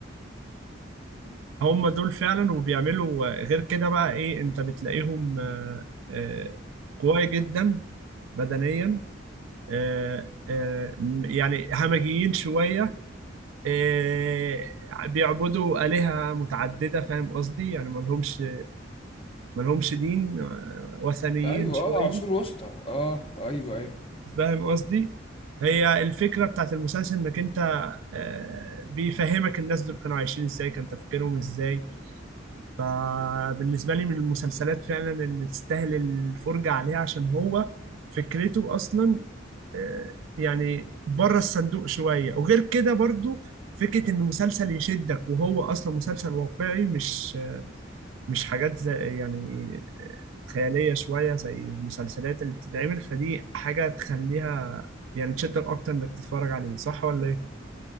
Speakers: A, on the right; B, on the left.
A: هما دول فعلا وبيعملوا آه، غير كده بقى إيه أنت بتلاقيهم آه، قوي جدا بدنيا آه، آه، م- يعني همجيين شوية آه، بيعبدوا آلهة متعددة فاهم قصدي يعني ملهمش ملهمش دين آه، وثنيين
B: أيوة
A: شوية
B: أه عصور وسطى أه أيوة أيوة
A: فاهم قصدي هي الفكرة بتاعت المسلسل إنك أنت آه، بيفهمك الناس دول كانوا عايشين إزاي كان تفكيرهم إزاي فبالنسبة لي من المسلسلات فعلا اللي تستاهل الفرجة عليها عشان هو فكرته أصلا آه، يعني بره الصندوق شوية وغير كده برضو فكرة إن مسلسل يشدك وهو أصلا مسلسل واقعي مش مش حاجات زي يعني آه، خيالية شوية زي المسلسلات اللي بتتعمل فدي حاجة تخليها يعني تشدك أكتر إنك تتفرج عليه صح ولا إيه؟